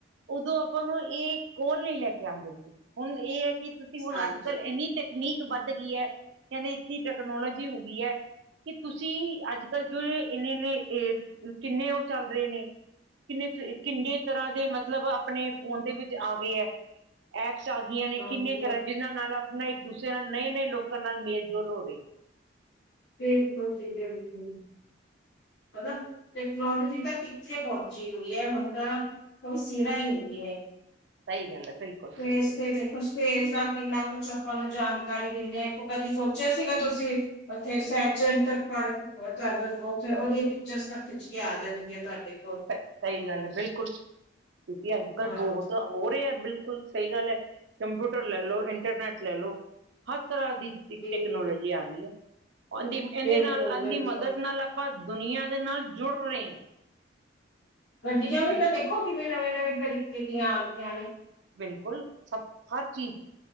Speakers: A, on the right; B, on the left.
A: ਉਦੋਂ ਆਪਾਂ ਨੂੰ ਇਹ ਕੋਲ ਨਹੀਂ ਲੈ ਕੇ ਆਉਂਦੇ ਸੀ ਹੁਣ ਇਹ ਹੈ ਕਿ ਤੁਸੀਂ ਹੁਣ
B: ਹਾਂਜੀ।
A: ਅੱਜ ਕੱਲ ਇੰਨੀ। ਤਕਨੀਕ ਵੱਧ ਗਈ ਐ। ਕਹਿੰਦੇ ਇਨੀ ਟਕਨੋਲੋਜੀ ਹੋ ਗਈ ਏ। ਕਿ ਤੁਸੀਂ ਅੱਜ ਕੱਲ੍ਹ ਜੋ ਇੰਨੇ-ਇੰਨੇ ਕਿੰਨੇ ਉਹ ਚੱਲ ਰਹੇ ਨੇ। ਕਿੰਨੇ-ਕਿੰਨੇ ਤਰ੍ਹਾਂ ਦੇ ਮਤਲਬ ਆਪਣੇ। ਫੋਨ ਦੇ ਵਿੱਚ ਆ ਗਏ ਹੈ। ਐਪਸ ਆ ਗਈਆਂ ਨੇ
B: ਹਾਂਜੀ,
A: ਕਿੰਨੇ ਤਰ੍ਹਾਂ ਜਿਹਨਾਂ ਨਾਲ। ਆਪਣਾ ਇੱਕ ਦੂਸਰੇ ਨਾਲ ਨਏ ਨਏ ਲੋਕਾਂ ਨਾਲ ਮੇਲ ਜੋਲ ਹੋ ਰਹੇ।
B: ਬਿਲਕੁਲ ਜੀ। ਬਿਲਕੁਲ ਮਤਲਬ ਟੈਕਨੋਲੋਜੀ ਤਾਂ ਇੱਥੇ ਪਹੁੰਚੀ ਹੋਈ ਐ ਹੁਣ ਤਾਂ। ਤਾਂ ਉਹ ਸਿਰਾ ਹੀ ਹੁੰਦੀ ਹੈ
A: ਸਹੀ ਗੱਲ ਹੈ ਬਿਲਕੁਲ
B: ਤੇ
A: ਬਿਲਕੁਲ
B: ਇਸ ਤੇ ਦੇਖੋ। ਫੇਰ ਦਾ ਕਿੰਨਾ ਕੁਛ ਆਪਾਂ ਨੂੰ ਜਾਣਕਾਰੀ ਦਿੰਦੇ ਆ ਕਦੀ ਸੋਚਿਆ ਸੀਗਾ ਤੁਸੀਂ। ਉੱਥੇ ਸੈਚੰ ਤਕ ਪੜ੍ਹ ਕੇ ਬਤ ਤੁਹਾਨੂੰ ਬਹੁ। ਉਹਲੀ ਪਿਕਰਸ ਖਿੱਚ ਕੇ ਆ ਜਾਨ ਗੀਆਂ ਤੁਹਾਡੇ ਕੋਲ।
A: ਸਹੀ ਗੱਲ ਹੈ। ਬਿਲਕੁਲ ਕਿਉਂਕਿ ਅੱਜ ਕੱਲ
B: ਹਾਂ
A: ਬਹੁਤ। ਹੋ ਰਹੇ ਹੈ। ਬਿਲਕੁਲ ਸਹੀ ਗੱਲ ਹੈ। ਕੰਪਿਊਟਰ ਲੈ ਲਓ ਇੰਟਰਨੈਟ ਲੈ ਲਓ ਹਰ ਤਰ੍ਹਾਂ ਦੀ। ਇੱਕ
B: ਜੀ
A: ਟੈਕਨੋਲੋਜੀ ਆ ਗਈ ਹੈ। ਉਹਦੀ ਇਹਦੇ
B: ਬਿਲਕੁਲ
A: ਨਾਲ ਇਹਦੀ
B: ਬਿਲਕੁਲ
A: ਮਦਦ ਨਾਲ। ਆਪਾਂ ਦੁਨੀਆਂ ਦੇ ਨਾਲ ਜੁੜ ਰਹੇ ਹਾਂ।
B: ਗੱਡੀਆਂ ਵੀ
A: ਬਿਲ
B: ਤਾਂ ਦੇਖੋ ਕਿਵੇਂ ਨਵੇਂ-ਨਵੇਂ ਤਰੀਕੇ ਦੀਆਂ ਆਦੀਆਂ ਨੇ।
A: ਬਿਲਕੁਲ ਸਭ ਹਰ ਚੀਜ਼।